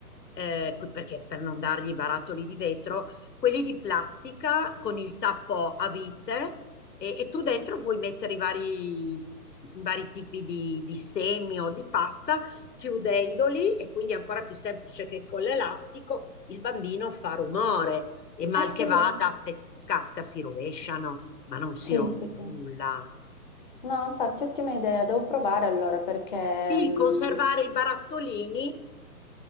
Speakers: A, on the left; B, on the left.
A: eh, qui- perché per non dargli i barattoli di vetro, quelli di plastica con il tappo a vite e, e tu dentro puoi mettere i vari, i vari tipi di di semi o di pasta chiudendoli e quindi è ancora più semplice che con l'elastico il bambino fa rumore e mal
B: Ah sì?
A: che vada
B: eh?
A: se si casca si rovesciano, ma non si
B: Sì,
A: rompe
B: sì, sì.
A: nulla.
B: No, infatti, ottima idea, devo provare allora perché...
A: Sì,
B: mm,
A: conservare i barattolini in